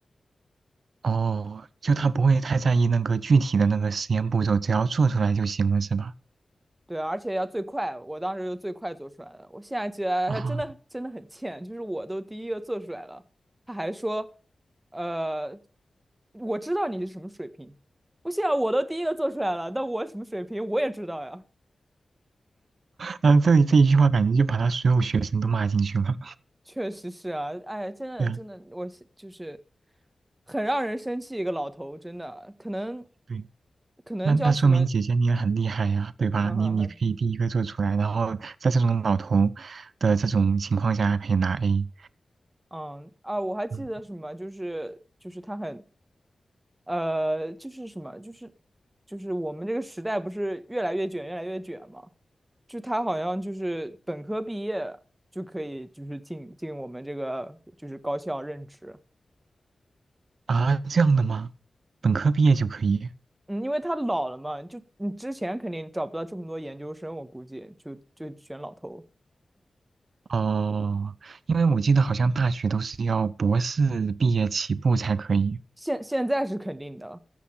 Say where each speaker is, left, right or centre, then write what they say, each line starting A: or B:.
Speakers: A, on the right; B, on the right.
A: 哦，就他不会太在意那个具体的那个实验步骤，只要做出来就行了，是吧？
B: 对啊，而且要最快，我当时就最快做出来了。我现在觉得他真的真的很欠，
A: 啊、
B: 就是我都第一个做出来了，他还说，呃，我知道你是什么水平。我现在我都第一个做出来了，那我什么水平我也知道呀。
A: 但后这里这一句话感觉就把他所有学生都骂进去了。
B: 确实是啊，哎，真的真的，
A: 对啊，
B: 我是就是很让人生气一个老头，真的，可能
A: 对，
B: 可能叫什么，
A: 那那说明姐姐你也很厉害呀，
B: <laughs>
A: 对吧？
B: 嗯
A: 你你可以第一个做出来，然后在这种老头的这种情况下还可以拿 A。
B: 嗯啊，我还记得什么，
A: 嗯
B: 就是就是他很呃，就是什么，就是就是我们这个时代不是越来越卷，越来越卷嘛？就他好像就是本科毕业就可以，就是进进我们这个就是高校任职。
A: 啊，这样的吗？本科毕业就可以？
B: 嗯，因为他老了嘛，就你之前肯定找不到这么多研究生，我估计就就选老头。
A: 哦，因为我记得好像大学都是要博士毕业起步才可以。
B: 现现在是肯定的，